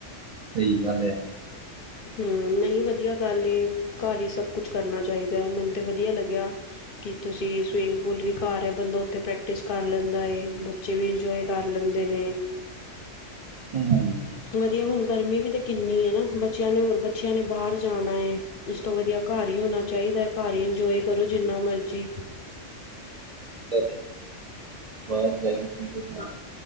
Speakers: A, on the right; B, on the left.
A: ਸਹੀ ਗੱਲ ਆ।
B: ਹੂੰ ਨਹੀਂ ਵਧੀਆ ਗੱਲ ਏ, ਘਰ ਹੀ ਸਭ ਕੁਛ ਕਰਨਾ ਚਾਹੀਦਾ ਏ, ਮੈਨੂੰ ਤੇ ਵਧੀਆ ਲੱਗਿਆ। ਕੀ ਤੁਸੀਂ ਸਵੀਮਿੰਗ ਪੂਲ ਵੀ ਘਰ ਐ, ਬੰਦਾ ਉੱਥੇ ਪ੍ਰੈਕਟਿਸ ਕਰ ਲੈਂਦਾ ਏ ਬੱਚੇ ਵੀ ਇੰਜੋਏ ਕਰ ਲੈਂਦੇ ਨੇ।
A: ਏ ਤਾਂ ਹੈ ਹੀ।
B: ਵਧੀਆ ਹੁਣ ਗਰਮੀ ਵੀ ਤੇ ਕਿੰਨੀ ਏ ਨਾ, ਬੱਚਿਆਂ ਨੇ ਹੋਰ ਬੱਚਿਆਂ ਨੇ ਬਾਹਰ ਜਾਣਾ ਏ। ਇਸ ਤੋਂ ਵਧੀਆ ਘਰ ਹੀ ਹੋਣਾ ਚਾਹੀਦਾ ਏ, ਘਰ ਹੀ ਇੰਜੋਏ ਕਰੋ ਜਿੰਨਾ ਮਰਜ਼ੀ।
A: <unintelligible> ਬਾਹਰ ਜਾਏਗੀ ਕੀਹਦੇ ਨਾਲ।